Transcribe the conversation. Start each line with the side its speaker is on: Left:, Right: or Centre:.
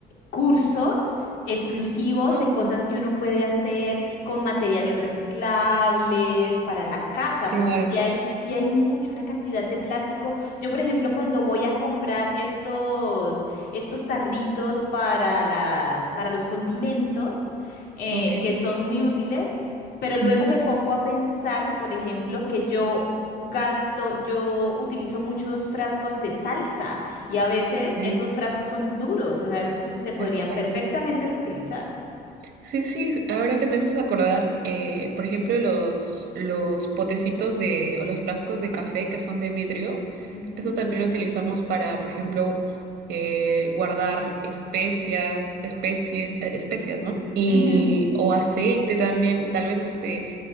Left: cursos exclusivos
Right: Ah,
Left: de cosas que uno puede hacer con materiales reciclables para la casa,
Right: claro,
Left: porque si hay, sí hay mucho, una cantidad de plástico. Yo, por ejemplo, cuando voy a comprar estos, estos tarritos para las, para los condimentos, eh,
Right: ok.
Left: que son muy útiles, pero luego
Right: Ujú,
Left: me pongo a pensar, por ejemplo, que yo gasto, yo utilizo muchos frascos de salsa. Y a veces
Right: sí,
Left: esos frascos son duros, o sea, esos su- se podrían
Right: Exacto.
Left: perfectamente reutilizar.
Right: Sí, sí, ahora que me haces acordar, eh, por ejemplo, los, los potecitos de, o los frascos de café que son de vidrio,
Left: Ujú,
Right: eso también lo utilizamos para, por ejemplo, eh, guardar especias, especies, eh, especias, ¿no? Y,
Left: ujú,
Right: o aceite también, tal vez este,